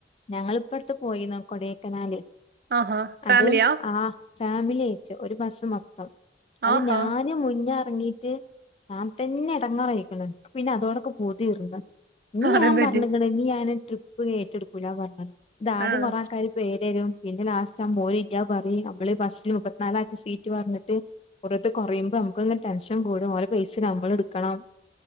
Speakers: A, on the left; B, on the right.
A: ഞങ്ങള് ഇപ്പടുത്ത് പോയിന്നബ കൊടേക്കനാല്.
B: ആഹാ ഫാമിലിയാ
A: അതും ആ ഫാമിലി ആയിച്ച ഒരു ബസ് മൊത്തം അത്
B: ആഹാ
A: ഞാന് മുന്ന ഞാൻ തന്നെ എടങ്ങാറായിരിക്കിണ് ഇൻക്ക് പിന്നെ അതോടൊക്കെ പൂതിർന്ന് ഇീ
B: അതെന്ത്
A: ഞാൻ പറഞ്ഞണ
B: പറ്റി
A: നീ ഞാൻ ട്രിപ്പ് ഏറ്റെടുക്കൂല ൻ പറഞ്ഞ ഇതാദ്യം
B: ആഹ്
A: കൊറ ആക്കാർ പേരരും പിന്നെ ലാസ്റ്റ് ആകുമ്പോര് ഇല്ല പറ നമ്മള് ബസ്സിൽ മുപ്പത്തിനാല ആക്കെ സീറ്റ് പറഞ്ഞിട്ട് പുറത്ത് കുറയുമ്പോ നമുക്കെന്ന് ടെൻഷൻ കൂടും ഓരെ പൈസ ഞമ്മൾ എടുക്കണം